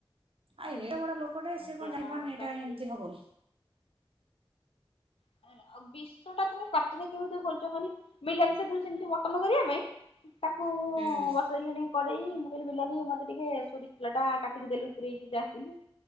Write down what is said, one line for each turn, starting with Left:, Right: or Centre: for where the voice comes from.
Right: ଆଉ
Left: ହେଲା
Right: ଏଡ ବଡ ଲୋକଟେ
Left: ଆଉ
Right: ସିଏ କଣ ଜାଣିପାରୁନି
Left: ତାର
Right: ଏଟା
Left: ତା ସ୍ତ୍ରୀ
Right: ଏମିତି ହବ ବୋଲି।
Left: <inaudible> ଆଉ ବିଷ ଟା ତୋମେ ପାଟିରେ କେମିତି ଖୋଲୁଚ କହନି, ମଲନାନୀ ସେଦିନ ସେମତି ମଟନ୍ କରିବା ପାଇଁ ତାକୁ ମୁଁ
Right: ହୁଁ।
Left: ବସେଇଲିଣି କଡେଇ ମୁଁ କହିଲି ମିଲନାନୀ ମୋତେ ଟିକେ ସୋରିଷ ତେଲ ଟା କାଟିକି ଦେଲୁ ପୂରେଇକି ଡାକିନି